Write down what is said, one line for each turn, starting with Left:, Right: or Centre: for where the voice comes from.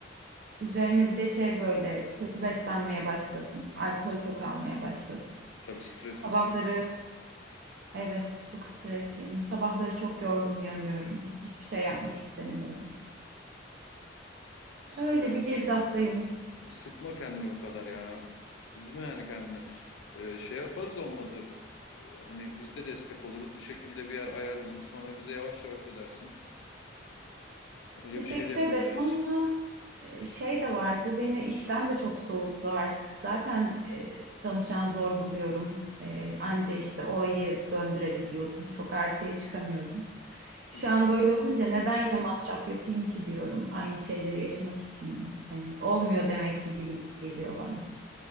Right: üzerine bir de şey böyle kötü beslenmeye başladım. Alkol çok almaya başladım.
Left: Tabii streslisin.
Right: Sabahları Evet, çok stresliyim. Sabahları çok yorgun uyanıyorum. Hiçbir şey yapmak istemiyorum.
Left: Sıkma,
Right: Öyle bir girdaptayım.
Left: sıkma kendini bu kadar ya. Üzme yani kendini. E, şey yaparız olmadı. E, hani biz de destek oluruz. Bir şekilde bir yer ayarlanır. Sonra bize yavaş yavaş ödersin. Öyle
Right: Teşekkür
Left: bir şey de yapabiliriz.
Right: ederim ama e, şey de var. Bu beni işten de çok soğuttu artık. Zaten e, danışan zor buluyorum. E, anca işte o ayı döndürebiliyordum. Çok artıya çıkamıyordum. Şu
Left: Hı
Right: an
Left: hı.
Right: böyle olunca neden yine masraf yapayım ki diyorum. Aynı şeyleri yaşamak için mi? Hani olmuyor demek ki gibi geliyor bana.